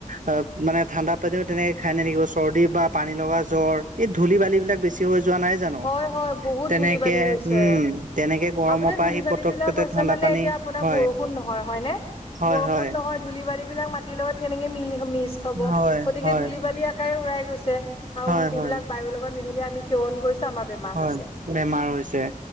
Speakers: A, on the right; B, on the left.
A: অহ, মানে ঠাণ্ডা পানীও তেনেকে খাই নেথাকিব চৰ্দি বা পানী লগা জ্বৰ এই ধূলি-বালিববিলাক বেছি হৈ যোৱা নাই জানো
B: হয়, হয়। বহুত
A: তেনেকে
B: ধূলি-বালি হৈছে।
A: উম তেনেকে গৰমৰ
B: আপোনাৰ
A: পৰা
B: ধূলি-বালিবিলাক
A: আহি পতককেতে
B: হৈছে
A: ঠাণ্ডা
B: মানে
A: পানী
B: এতিয়া আপোনাৰ
A: হয়
B: বৰষুণ নহয় হয়নে?
A: হয়
B: বৰষুণ
A: হয়
B: নহয় ধূলি-বালিবিলাক মাটিৰ লগত কেনেকে মিস্ক হ'ব
A: হয়
B: গতিকে
A: হয়
B: ধূলি-বালি কাৰে উৰাই গৈছে আৰু
A: হয় হয়
B: এইবিলাক বায়ুৰ লগত মিহলি আমি সেৱন কৰিছোঁ আমাৰ বেমাৰ
A: হয়,
B: হৈছে।
A: বেমাৰ হৈছে।